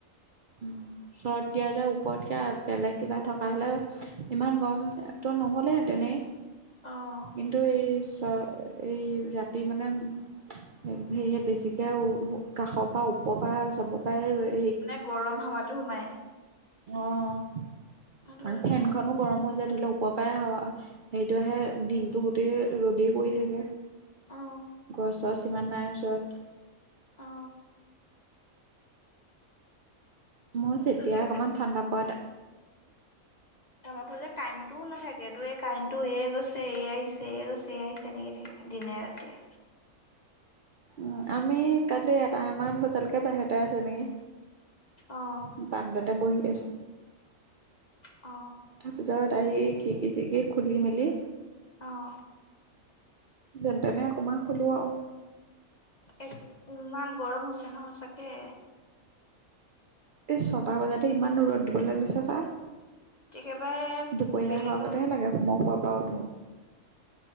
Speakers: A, on the right; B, on the left.
A: উম। চট দিয়া যে ওপৰত সেয়া বেলেগ কিবা থকা হ'লে ইমান গৰমটো নহ'লেহেঁতেনেই।
B: অঁ।
A: কিন্তু এই চ এই ৰাতি মানে। হেৰিয়ে বেছিকে কাষৰ পৰা ওপৰ পৰা চব পায়।
B: মানে গৰম হাৱাতো সোমাই।
A: অ <inaudible>
B: সেইটো কাৰণে
A: ফেনখনো গৰম হৈ যায় ধৰি ল ওপ। পায় হাৱা সেইটো আহে দিনটো গোটেই ৰ'দেই পৰি থাকে।
B: অ
A: গছ চছ ইমান নাই ওচৰত
B: অ
A: মই
B: এইফালে
A: যেতিয়াই
B: যে
A: অকণমান ঠাণ্ডা পা
B: আমাৰ ফালে কাৰেণ্টটোও নাথাকে তোৰ এই কাৰেণ্টটো এ গৈছে এ আহিছে এ গৈছে এ আহিছে তেনেকেই থাকে দিনে ৰাতিয়ে
A: উ আমি কালি এটামান বজালৈকে বাহিৰতে আছো নেকি
B: অ
A: বাৰান্দাতে বহি আছো
B: অ
A: তাৰপিছত আহি খিৰিকী চিৰিকী খুলি মেলি
B: অঁ
A: যেন তেনে অকণমান শুলো আও
B: এ ইমান গৰম হৈছে ন সঁচাকে
A: এই ছটা বজাতে ইমান ৰ'দ দিবলে লৈছে চা
B: একেবাৰে
A: দুপৰীয়া
B: বেলিটো
A: হোৱাৰ গতেহে লাগে মই শুৱা পা উঠো